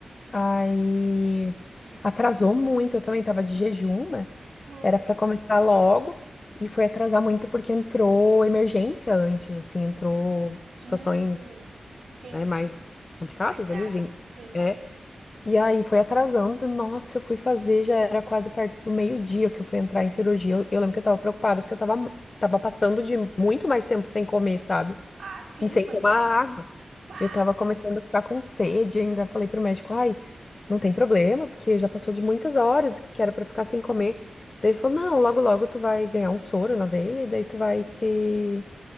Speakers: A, on the left; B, on the right.
A: Aí atrasou muito. Eu também tava de jejum, né?
B: Uh.
A: Era pra começar logo. E foi atrasar muito porque entrou emergência antes, assim, entrou situações,
B: Hum. Sim.
A: né, mais complicadas
B: Mais graves.
A: ali, gente.
B: Sim.
A: É, E aí foi atrasando. Nossa, eu fui fazer, já era quase perto do meio-dia que eu fui entrar em cirurgia. Eu, eu lembro que eu tava preocupada porque eu tava, tava passando de muito mais tempo sem comer, sabe?
B: Ah, sim,
A: E sem
B: pois
A: tomar
B: é.
A: água.
B: Bah.
A: Eu tava começando a ficar com sede ainda. Falei pro médico, ai, não tem problema, porque já passou de muitas horas que era pra ficar sem comer. Daí ele falou, não, logo logo tu vai ganhar um soro na veia e daí tu vai se,